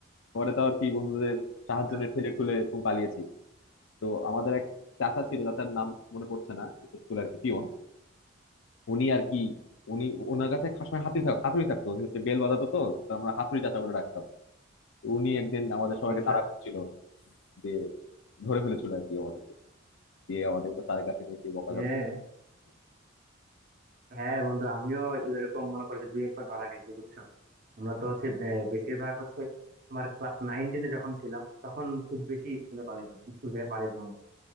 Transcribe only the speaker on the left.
পরে তো আর কি বন্ধুদের সাহায্য
নিয়ে ঠেলে ঠুলে এরকম পালিয়েছি তো আমাদের এক চাচা ছিল চাচার নাম মনে পড়ছে না স্কুল আর কি পিয়ন উনি আর কি উনি ওনার কাছে সবসময় হাতি থাক হাতুড়ি থাকতো উনি হচ্ছে বেল বাজাতো তো তো আমরা হাতুড়ি চাচা বলে ডাকতাম তো উনি একদিন আমাদের সবাইকে
তাড়া করছিল যে ধরে ফেলেছিল আর কি আমাদেরকে দিয়ে আমাদেরকে স্যারের কাছে নিয়ে সেই বকাঝকা